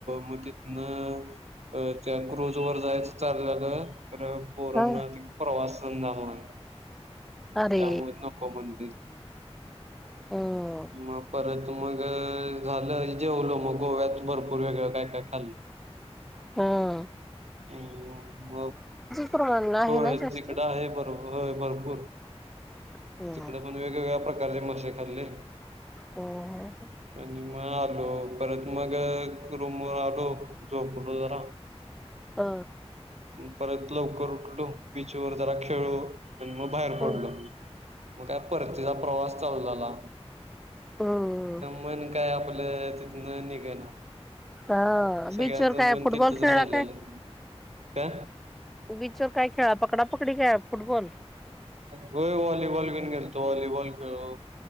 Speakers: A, on the right (about 90°); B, in the centre.
A: मग तिथं नं त्या क्रुज वर जायचं चाललेलं तर पोरांना
B: हा
A: प्रवास सहन झाला नाही
B: अरे
A: त्यामुळे नको म्हणते
B: हम्म
A: मग परत मग झालं जेवलो मग गोव्यात भरपूर वेगळं काय काय खाल्लं
B: हम
A: ह म
B: प्रमाण आहे
A: हो
B: ना जास्त
A: तिकडं आहे भर होय भरपूर
B: हम्म
A: तिकडं पण वेगवेगळ्या प्रकार प्रकारचे मासे खाल्ले
B: हम्म
A: आणि मग आलो परत मग रूम वर आलो झोपलो जरा
B: हा
A: परत लवकर उठलो. बीच वर जरा खेळू आणि मग बाहेर
B: हम्म
A: पडलो मग का परतीचा प्रवास झालाे
B: हम्म
A: मन काय आपलं नाही नाही काय ना
B: हा
A: सगळ्यांचं
B: बीच वर काय
A: मन
B: फुटबॉल
A: तथच
B: खेळला
A: राहिला
B: काय?
A: आलं का
B: बीच ववर काय खेळा पकडा पकडी काय फुटबॉल
A: हो व्हॉलीबॉल बण खेलतो व्हॉलीबॉल खेळ हो